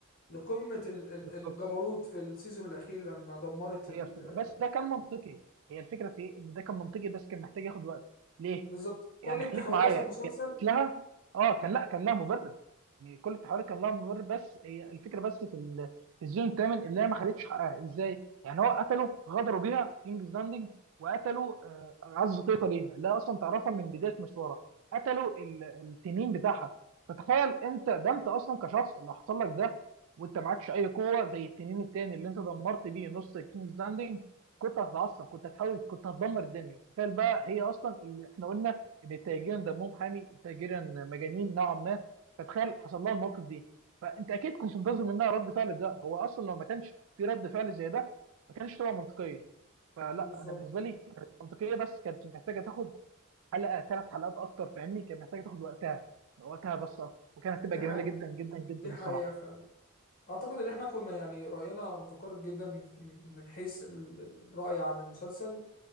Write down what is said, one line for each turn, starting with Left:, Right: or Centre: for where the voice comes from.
Left: لقمه ال- ال-
Right: بالظبط
Left: الجبروت في السيزون الاخير لما دمرت ال...
Right: هي الفكره بس ده كان منطقي هي الفكره في إيه؟ ان ده كان منطقي بس كان محتاج ياخد وقت ليه؟
Left: بالظبط كل
Right: يعني
Left: التحولات
Right: خليك معايا
Left: في المسلسل
Right: اتلغى اه كان لا كان لها مبرر يعني كل التحولات كان لها مبرر بس هي الفكره بس في ال- في الزون الثامن اللي هي ما خدتش حقها ازاي؟ يعني هو قتلوا غدروا بيها في كينجز لاندنج وقتلوا آه، اعز طيقه ليها اللي هي اصلا تعرفها من بدايه مشوارها قتلوا ال- التنين بتاعها فتخيل انت ده انت اصلا كشخص اللي حصل لك ده وانت معكش اي قوه زي التنين التاني اللي انت دمرت بيه نص كينجز لاندنج كنت هتتعصب كنت هتحاول كنت هتدمر الدنيا تخيل بقى هي اصلا اللي احنا قلنا للتاجرين دمهم حامي تاجرين مجانين نوعا ما فتخيل حصل لها الموقف دي فانت اكيد كنت منتظر منها رد فعل ده هو اصلا لو ما كانش في رد فعل زي ده ما كانش تبقى منطقيه فلا
Left: بالظبط
Right: انا بالنسبه لي كانت منطقيه بس كانت محتاجه تاخد حلقه ثلاث حلقات اكتر فاهمني كانت محتاجه تاخد وقتها وقتها بس اكتر وكانت هتبقى
Left: دي
Right: جميله
Left: حقيقة
Right: جدا جدا جدا
Left: دي
Right: الصراحه
Left: حقيقة فعلا أعتقد إن إحنا كنا يعني رأينا متقارب جدا من من حيث ال- الرأي عن المسلسل